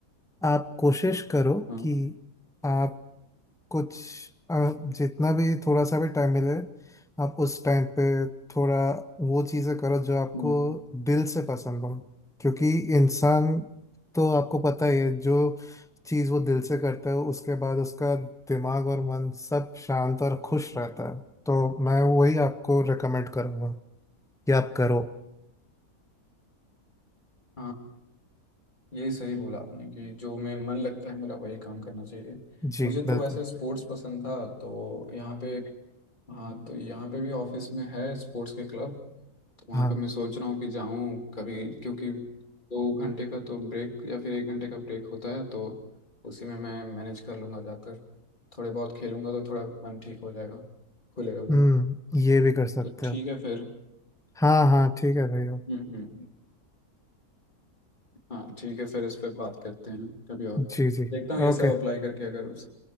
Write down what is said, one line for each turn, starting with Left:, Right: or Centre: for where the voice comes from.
Centre: आप कोशिश करो
Left: हाँ
Centre: कि आप कुछ आ, जितना भी थोड़ा सा भी टाइम मिले आप उस टाइम पे थोड़ा वो चीज़ें करो जो आपको
Left: हम्म,
Centre: दिल से पसंद हो क्योंकि इंसान तो आपको पता ही है जो चीज़ वो दिल से करता है उसके बाद उसका दिमाग और मन सब शांत और खुश रहता है तो मैं वही आपको रेकमेंड करूँगा कि आप करो
Left: हाँ ये सही बोला आपने कि जो मैं मन लगता है मेरा वही काम करना चाहिए
Centre: जी
Left: मुझे
Centre: बिल्कुल
Left: तो वैसे स्पोर्ट्स पसंद था तो यहाँ पे हाँ तो यहाँ पे भी ऑफिस में है स्पोर्ट्स के क्लब तो वहाँ
Centre: हाँ
Left: पे मैं सोच रहा हूँ कि जाऊँ कभी क्योंकि दो घंटे का तो ब्रेक या फिर एक घंटे का ब्रेक होता है तो उसी में मैं मैनेज कर लूँगा जाकर थोड़े बहुत खेलूँगा तो थोड़ा मन ठीक हो जाएगा खुलेगा मन
Centre: हम्म ये भी कर सकते
Left: तो ठीक
Centre: हो
Left: है फिर
Centre: हाँ हाँ ठीक है भैया
Left: हम्म हम्म हाँ ठीक है फिर इस पर बात करते हैं कभी और
Centre: जी जी
Left: देखता हूँ ये
Centre: ओके
Left: सब अप्लाई करके अगर